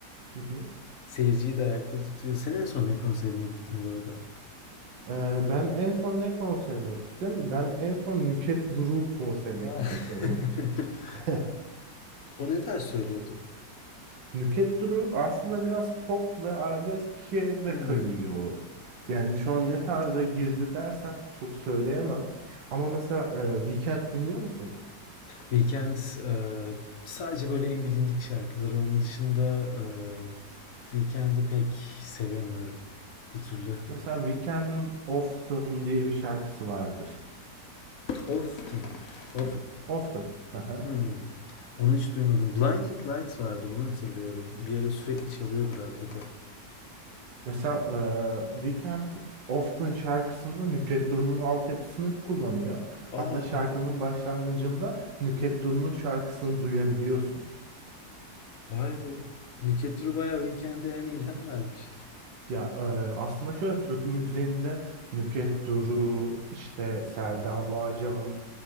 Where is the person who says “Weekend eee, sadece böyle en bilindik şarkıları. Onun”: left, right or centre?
Left